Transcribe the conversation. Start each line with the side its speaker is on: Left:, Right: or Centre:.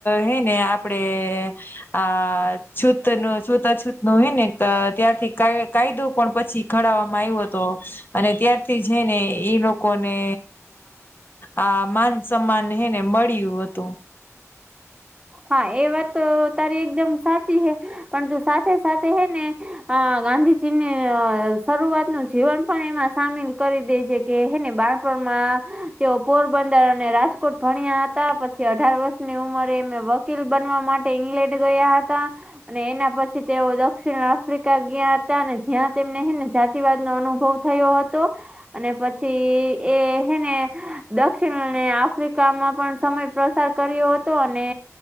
Left: હે ને આપડે આ છૂત ન છૂત અછૂત નું હોય ને ત્યારથી કાયદો પણ પછી ખડવામાં આવ્યો હતો અને ત્યારથી જઈ ને ઈ લોકોને આ માન-સમાન, હે ને, મળ્યું હતું.
Right: હા, એ વાત તો તારી એકદમ સાચી છે, પણ તું સાથે સાથે, હૈ ને. આ ગાંધીજી ની શરૂઆત નું જીવન પણ, એમાં સામેલ કરી દે છે. કે, હે ને, બાણપણમાં તેઓ પોરબંદર અને રાજકોટ ભણ્યા હતા. પછી અઢાર વર્ષ ની ઉમરે મેમ વકીલ બનવા માટે ઈંગ્લેન્ડ ગયા હતા. અને એના પછી, તેઓ દક્ષિણ આફ્રિકા ગયાં હતા, અને જ્યાં તેમને, હે ને, જાતિવાદ નો અનુભવ થયો હતો, અને પછી એ, હે ને દક્ષિણ અને આફ્રિકામાં પણ સમય પ્રસાર કર્યો હતો અને